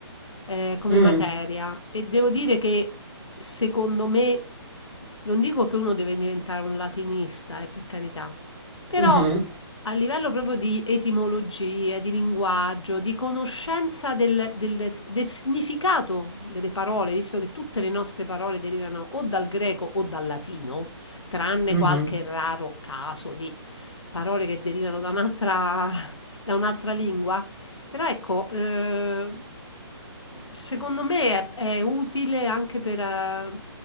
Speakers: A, on the left; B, in the centre.
A: eh, come
B: Mm,
A: materia e devo dire che secondo me, non dico che uno deve diventare un latinista, eh, per carità, però
B: mhm,
A: Mhm. a livello proprio di etimologia, di linguaggio, di conoscenza del, del- del significato delle parole, visto che tutte le nostre parole derivano o dal greco o dal latino, tranne
B: mhm,
A: qualche mhm. raro caso di parole che derivano da un'altra, da un'altra lingua. Però ecco, eh, secondo me è, è utile anche per, eh,